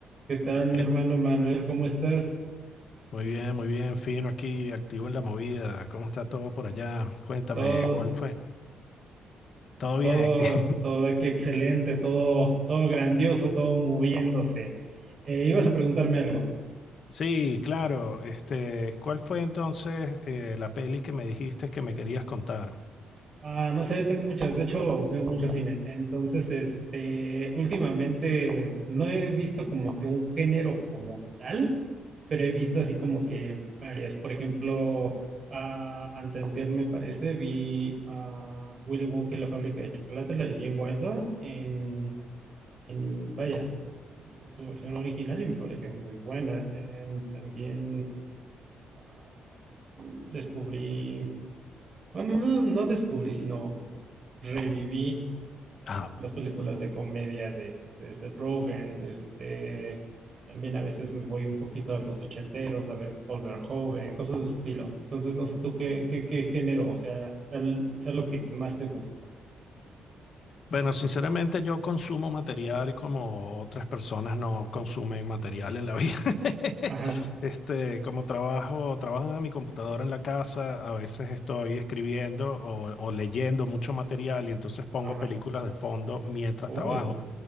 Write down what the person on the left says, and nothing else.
Eh,
Muy bien, muy bien, fino aquí, activo en la movida. ¿Cómo está todo por allá? Cuéntame,
¿cuál fue? ¿Todo bien?
<laughs>
Sí, claro. Este, ¿cuál fue entonces eh, la peli que me dijiste que me querías contar?
Ajá.
Bueno, sinceramente yo consumo material como otras personas no consumen material en la vida. <laughs>
Este, como trabajo, trabajo de mi computadora en la casa, a veces estoy escribiendo o, o leyendo mucho material y entonces pongo
películas de fondo mientras
trabajo.